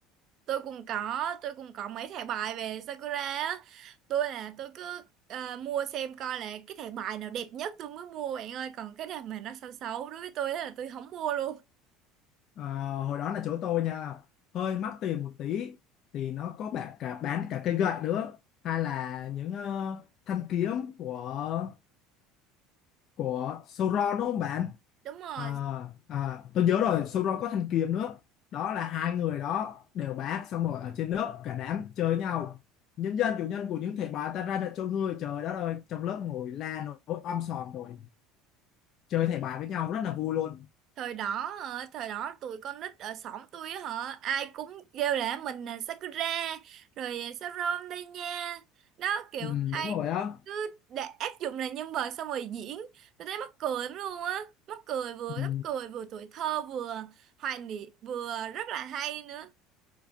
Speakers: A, on the right; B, on the left.
A: tôi cũng có tôi cũng có mấy thẻ bài về Sakura á tôi là tôi cứ ờ, mua xem coi là cái thẻ bài nào đẹp nhất tôi mới mua bạn ơi còn cái nào mà nó xấu xấu đối với tôi á là tôi không mua luôn
B: À, hồi đó là chỗ tôi nha hơi mắc tiền một tí thì nó có bạn cả bán cả cây gậy nữa hay là những ờ, thanh kiếm của của Sauron đúng không bạn
A: đúng rồi
B: à, à, tôi nhớ rồi Sauron có thanh kiếm nữa đó là hai người đó đều bán xong rồi ở trên lớp cả đám chơi nhau nhân dân chủ nhân của những thẻ bài ta ra lệnh cho ngươi trời đất ơi trong lớp ngồi la nổi om sòm rồi chơi thẻ bài với nhau rất là vui luôn
A: thời đó hả, thời đó tụi con nít ở xóm tôi á hả ai cũng kêu là mình là Sakura rồi Sarom đây nha đó kiểu
B: ừ,
A: ai
B: đúng rồi á
A: cứ để áp dụng là nhân vật xong rồi diễn tôi thấy mắc cười lắm luôn á mắc cười vừa
B: ừ.
A: mắc cười vừa tuổi thơ vừa hoài niệm vừa rất là hay nữa